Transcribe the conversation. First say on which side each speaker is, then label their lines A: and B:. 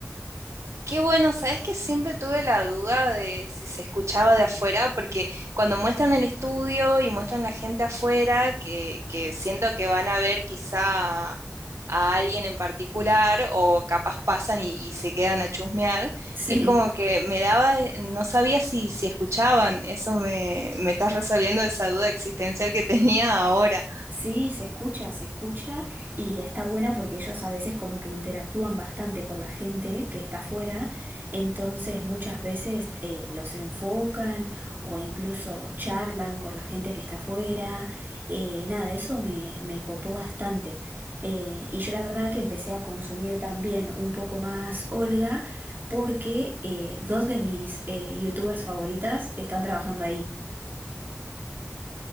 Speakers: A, on the right; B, on the right.
A: Qué bueno, ¿sabes que siempre tuve la duda de si se escuchaba de afuera? Porque cuando muestran el estudio y muestran la gente afuera, que, que siento que van a ver quizá a, a alguien en particular o capaz pasan y, y se quedan a chusmear,
B: Sí.
A: es como que me daba, eh, no sabía si, si escuchaban, eso me, me estás resolviendo esa duda existencial que tenía ahora.
B: Sí, se escucha, se escucha y está bueno porque ellos a veces como que interactúan bastante con la gente que está afuera, entonces muchas veces eh, los enfocan o incluso charlan con la gente que está afuera. Eh, nada, eso me, me copó bastante. Eh, y yo la verdad que empecé a consumir también un poco más Olga porque eh, dos de mis eh, youtubers favoritas están trabajando ahí.